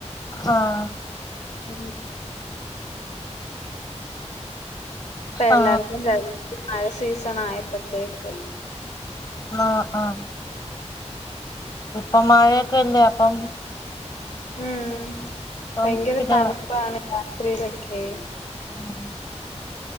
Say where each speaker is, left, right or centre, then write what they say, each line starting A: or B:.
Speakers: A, on the left (about 30°); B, on the left (about 70°).
A: ആഹ്
B: <inaudible> ഇപ്പ എല്ലാർക്കും
A: ആ
B: ജലദോഷം മഴ സീസണായപ്പൾത്തേക്ക്
A: ആഹ് ആഹ് ഇപ്പൊ മഴൊക്കല്ലേ അപ്പം
B: ഉം
A: ഇപ്പം
B: ഭയങ്കര
A: പിന്നെ
B: തണുപ്പാണ് രാത്രിയിലൊക്കെ
A: ആഹ്